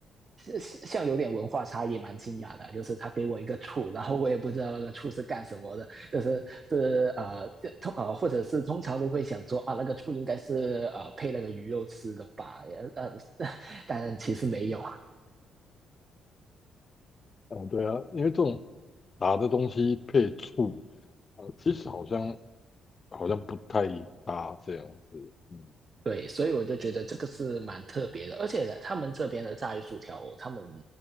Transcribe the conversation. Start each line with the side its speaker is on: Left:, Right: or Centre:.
Right: 是是像有点文化差异，蛮惊讶的。就是他给我一个醋，然后我也不知道那个醋是干什么的，就是是呃这通呃，或者是通常都会想说啊，那个醋应该是呃配那个鱼肉吃的吧，也呃但 <laughs> 但其实没有。
Left: 啊，对啊，因为这种辣的东西配醋，啊，其实好像好像不太搭这样子，嗯。
Right: 对，所以我就觉得这个是蛮特别的，而且呢他们这边的炸鱼薯条哦，他们